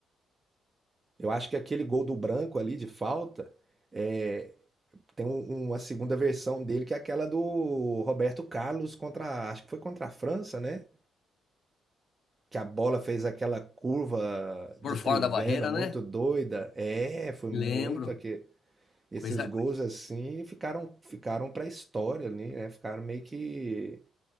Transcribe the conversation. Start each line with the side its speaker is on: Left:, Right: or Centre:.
Right: Eu acho que aquele gol do Branco ali de falta é, tem um- uma segunda versão dele que é aquela do Roberto Carlos contra, acho que foi contra a França, né? Que a bola fez aquela curva
Left: Por
Right: de trivela
Left: fora da barreira,
Right: muito
Left: né?
Right: doida. É, foi
Left: Lembro.
Right: muito aquele, esses
Left: Coisa,
Right: gols assim ficaram ficaram para a história ali, né? Ficaram meio que